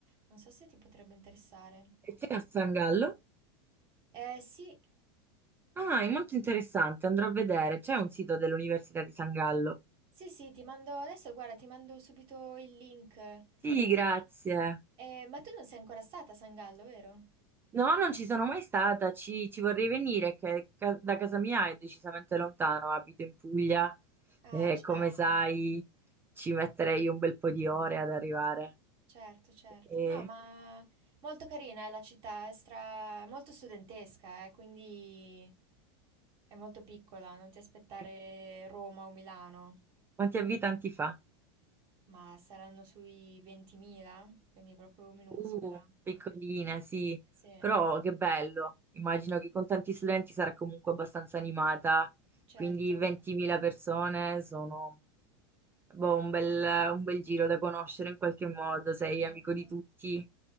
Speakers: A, on the right (about 40°); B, on the right (about 15°).
A: Non so se ti potrebbe interessare.
B: E c'è a San Gallo?
A: Eh sì,
B: Ah, è molto interessante, andrò a vedere, c'è un sito dell'Università di San Gallo.
A: sì, sì, ti mando adesso, guarda, ti mando subito il link.
B: Sì, grazie.
A: Eh, ma tu non sei ancora stata a San Gallo, vero?
B: No, non ci sono mai stata, ci, ci vorrei venire, che ca- da casa mia è decisamente lontano, abito in Puglia
A: Ah,
B: e
A: certo.
B: come sai ci metterei un bel po' di ore ad arrivare.
A: Certo, certo.
B: E-
A: No, ma molto carina è la città, è stra... molto studentesca, eh, quindi è molto piccola, non ti aspettare
B: e
A: Roma o Milano,
B: quanti abitanti fa?
A: ma saranno sui 20.000, quindi proprio minuscola.
B: Uh, piccolina, sì,
A: Sì,
B: però che bello, immagino che con tanti studenti sarà comunque abbastanza animata,
A: certo,
B: quindi 20.000 persone sono boh, un bel un bel giro da conoscere in qualche modo, sei
A: certo,
B: amico di tutti.